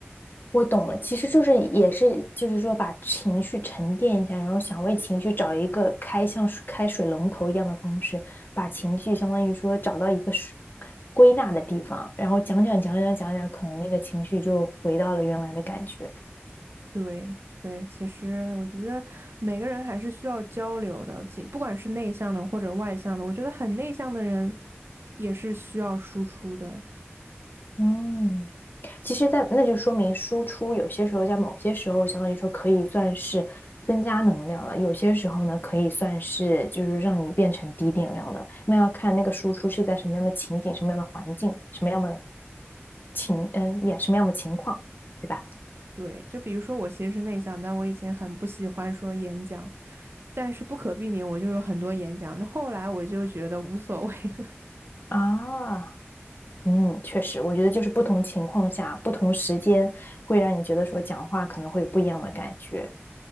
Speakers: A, on the left (about 50°); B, on the right (about 60°).
A: 我懂了，其实就是也是就是说把情绪沉淀一下，然后想为情绪找一个开像是开水龙头一样的方式，把情绪相当于说找到一个水归纳的地方，然后讲讲讲讲讲讲，可能那个情绪就回到了原来的感觉。
B: 对对，其实我觉得每个人还是需要交流的，仅不管是内向的或者外向的，我觉得很内向的人也是需要输出的。
A: 嗯，其实在，那就说明输出有些时候在某些时候，相当于说可以算是增加能量了；有些时候呢，可以算是就是让你变成低电量的。那要看那个输出是在什么样的情景、什么样的环境、什么样的情，嗯，也什么样的情况，对吧？
B: 对，就比如说我其实是内向，但我以前很不喜欢说演讲，但是不可避免我就有很多演讲。那后来我就觉得无所谓了。
A: 啊，嗯，确实，我觉得就是不同情况下、不同时间，会让你觉得说讲话可能会有不一样的感觉。